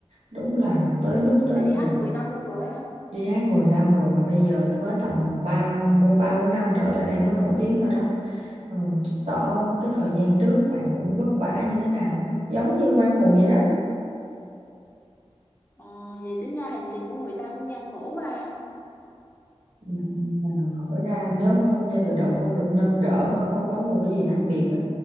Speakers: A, on the right; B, on the left.
A: Đúng là tới lúc tới
B: là đi
A: thời
B: hát 10 năm luôn rồi á hả
A: đi hát 10 năm rồi mà bây giờ mới tầm 3 năm 4, 3 4 năm trở lại đây mới nổi tiếng thôi đó. Rồi Mình chứng tỏ cái thời gian trước bạn cũng vất vả như thế nào, giống như Quang Hùng vậy đó.
B: ờ, vậy tính ra hành trình của người ta cũng gian khổ quá ha.
A: Bạn nào hỏi ra nếu không ngay từ đầu không được nâng đỡ hoặc không có một cái gì đặc biệt á